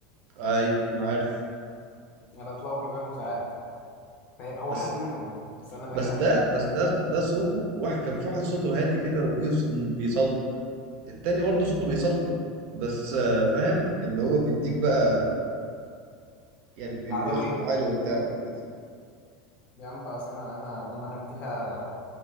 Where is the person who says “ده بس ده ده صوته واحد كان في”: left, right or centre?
Right